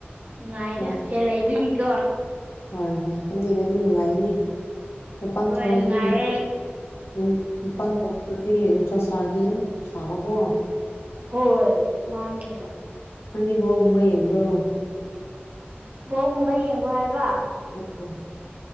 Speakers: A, on the right; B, on the left.
A: ꯅꯨꯡꯉꯥꯏꯗ
B: ꯍꯣꯏ
A: ꯐꯦ ꯂꯩꯕꯤꯒꯤꯀꯣ
B: ꯍꯣꯏ ꯍꯣꯏ ꯐꯦꯟ ꯂꯩꯔꯗꯤ ꯅꯨꯡꯉꯥꯏꯅꯤ ꯃꯄꯥꯟ
A: ꯍꯣꯏ
B: ꯊꯣꯛꯑꯗꯤ
A: ꯅꯨꯡꯉꯥꯏꯌꯦ
B: ꯅꯪ ꯅꯤꯄꯥꯟ ꯊꯣꯛꯄꯗꯤ ꯅꯨꯡꯁꯥ ꯁꯥꯔꯗꯤ ꯌꯥꯝ ꯁꯥꯕꯀꯣ
A: ꯍꯣꯏ ꯃꯥꯅꯦ ꯀꯩꯅꯣ
B: ꯅꯪꯗꯤ ꯕꯣꯜꯒꯨꯝꯕ ꯌꯦꯡꯕ꯭ꯔꯣ
A: ꯕꯣꯛꯀꯨꯝꯕ ꯌꯦꯡꯕ꯭ꯔꯣ ꯍꯥꯏꯕ
B: <unintelligible>